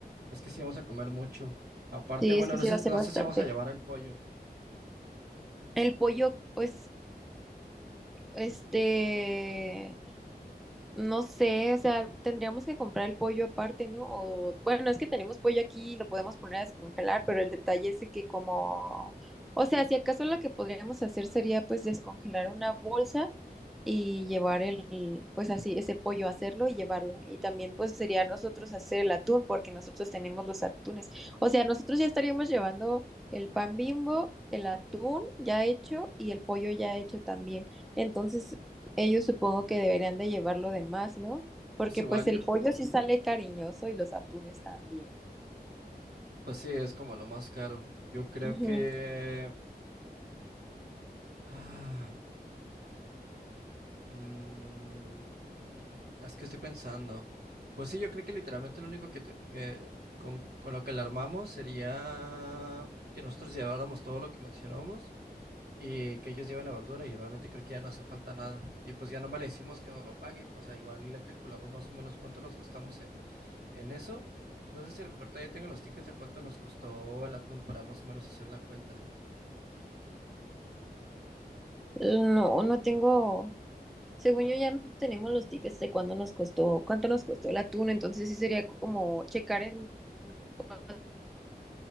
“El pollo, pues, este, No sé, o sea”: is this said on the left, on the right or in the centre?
Centre